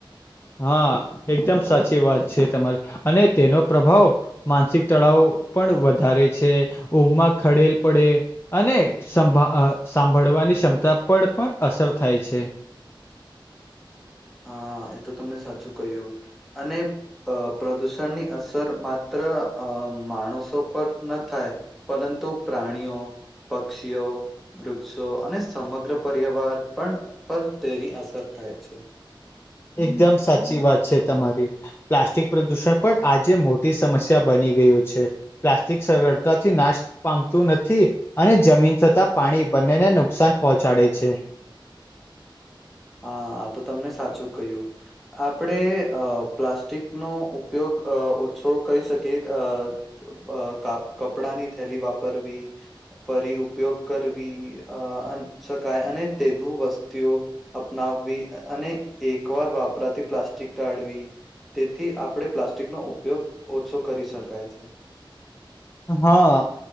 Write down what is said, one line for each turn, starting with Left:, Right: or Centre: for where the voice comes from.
Left: હા એકદમ સાચી વાત છે તમારી અને તેનો પ્રભાવ- માનસિક તળાવ પણ વધારે છે ઊંઘમાં ખડેલ પડેલ- અને સંભા સાંભળવાની ક્ષમતા પર પણ અસર થાય છે.
Centre: હા એતો તમે સાચું કહ્યું અને- અ પ્રદૂષણની અસર માત્ર અ માણસો પર ન થાય- પરંતુ પ્રાણીઓ પક્ષીઓ વૃક્ષો અને સમગ્ર પર્યાવાર પણ પર તેની અસર થાય છે.
Left: એકદમ સાચી વાત છે તમારી. પ્લાસ્ટિક પ્રદુષણ પણ આજે મોટી સમસ્યા બની ગયું છે. પ્લાસ્ટિક સરળતાથી નાશ પામતું નથી. અને જમીન થતાં પાણી બંને ને નુકસાન પહોંચાડે છે.
Centre: હા આ તો તમે સાચું કહ્યું. આપણે અ પ્લાસ્ટિકનો ઉપયોગ આ ઓછો કરી શકીએ આ આ કાપ કપડાની થેલી વાપરવી. ફરી ઉપયોગ કરવી અ શકાય અને તેવુ વસ્તુઓ અપનાવવી અને એકવાર વાપરાતી પ્લાસ્ટિક તાડવી. તેથી આપણે પ્લાસ્ટિકનો ઉપયોગ ઓછો કરી શકાય છે.
Left: હા